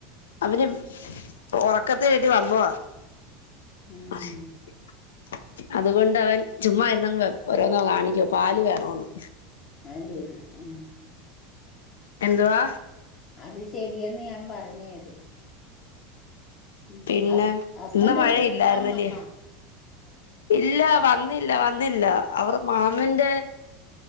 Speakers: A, on the left; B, on the left.
A: അവര് ഉറക്കത്തിന്ന് വന്നതാ
B: ഉം
A: <inaudible> അതുകൊണ്ട് അവൻ ചുമ്മായിരുന്നങ്ങനെ ഓരോന്നോ കാണിക്കുവ പാല് വേണോന്ന്
B: അഹ ശരി ആ
A: എന്തുവാ
B: അത് ശരിയെന്ന് ഞാൻ പറഞ്ഞത് ഉ
A: പിന്നെ
B: ഹസ്ബൻറ്
A: ഇന്ന് മഴയില്ലായിരുന്നല്ലേ
B: ഉച്ചക്ക് ഉണ്ണാൻ വന്നോ
A: ഇല്ല വന്നില്ല വന്നില്ല അവർ മാ മാമന്റെ